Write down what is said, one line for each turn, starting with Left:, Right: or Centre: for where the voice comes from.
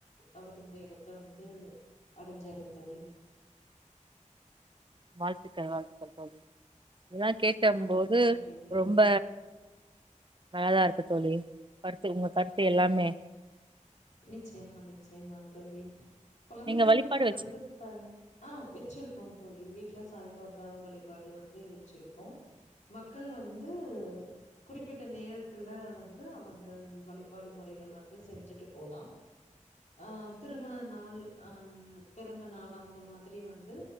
Left: அவர் இந்த இடத்த வந்து அடைஞ்சாரு தோழி
Right: வாழ்த்துக்கள் வாழ்த்துக்கள் தோழி இதெல்லாம் கேக்கும்
Left: ஆ
Right: போது
Left: நன்றி தோழி
Right: ரொம்ப நல்லா இருக்கு தோழி கருத்து உங்க கருத்து எல்லாமே
Left: நிச்சயமா நிச்சயமா தோழி குழந்தைகளுக்கு
Right: நீங்க வழிபாடு
Left: தொடர்ந்து
Right: வச்சு
Left: ஆஹ் வச்சிருக்கோம் தோழி ல சாய்பாபா வழிபாடு வந்து வச்சிருக்கோம் மக்கள் வந்து குறிப்பிட்ட நேரத்துல வந்து அவங்க வழிபாடு முறைகள் வந்து செஞ்சு விட்டு போலாம் அஹ் திருமண நாள் ஆஹ் பிறந்த நாள் அந்த மாதிரி வந்து